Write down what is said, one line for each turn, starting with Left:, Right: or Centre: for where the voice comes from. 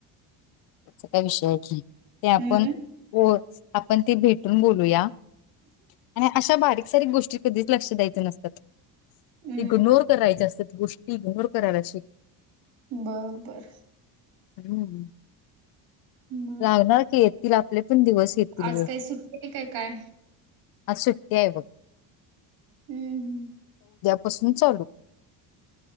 Left: तेच काय विषय अडलय. ते आपण
Right: हम्म
Left: कोच आ पण ते भेटून बोलूया. आणि असं बारीक सारीक गोष्टीत कधीच लक्ष द्यायचं नसतात.
Right: हम्म
Left: इग्नोर करायचे असत्यात गोष्टी इग्नोर करायला शिक
Right: बर बर
Left: हम्म हम्म
Right: मग
Left: लागणार की ही आपले पण दिवस येतील
Right: आज
Left: ग
Right: काय सुट्टी आहे काय काय
Left: अस ते बघ
Right: हम्म हम्म
Left: पासून चालू